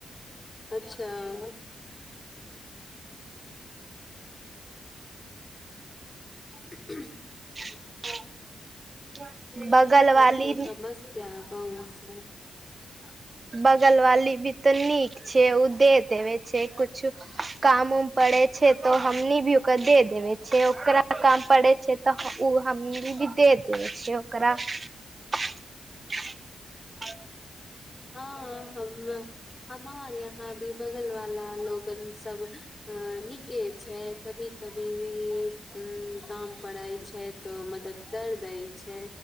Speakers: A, on the left (about 20°); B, on the right (about 35°).
A: अच्छा <unintelligible>
B: <unintelligible>
A: यही
B: बगल
A: सब
B: वाली
A: तो समस्या <unintelligible>
B: बगल वाली भी त नी उ देे देबै छै कुछु काम उम पड़े छै तऽ हमनी भी ओकरा दे देबै छै ओकरा काम पड़ै छै तऽ ओ हमनी भ दे देबै छै ओकरा <unintelligible>
A: हाँ हम- हमार यहाँ भी बगल वाला लोगन सब अ-नीक के छै कभी कभी काम परै छै तो मदद कर दै छै